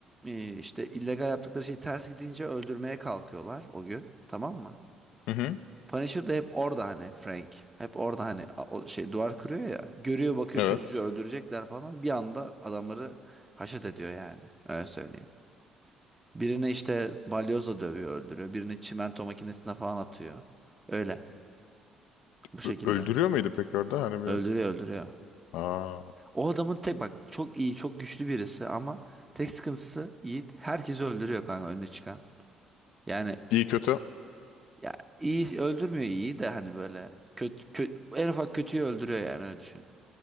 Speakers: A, on the right; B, on the left.
A: e, işte illegal yaptıkları şey ters gidince öldürmeye kalkıyorlar o gün tamam mı?
B: Hı hı.
A: Punisher de hep orada hani Frank hep orada hani a- o şey duvar kırıyor ya görüyor bakıyor
B: Evet.
A: çocuğu öldürecekler falan bir anda adamları haşet ediyor yani öyle söyleyeyim. Birini işte balyozla dövüyor öldürüyor. Birini çimento makinesine falan atıyor. Öyle. Bu şekilde.
B: Ö- Öldürüyor muydu peki orada? Hani bir...
A: Öldürüyor öldürüyor.
B: Aa.
A: O adamın tek bak çok iyi çok güçlü birisi ama tek sıkıntısı Yiğit herkesi öldürüyor kanka önüne çıkan. Yani
B: İyi kötü.
A: ya iyi öldürmüyor iyi de hani böyle kötü, kötü en ufak kötüyü öldürüyor yani öyle düşün.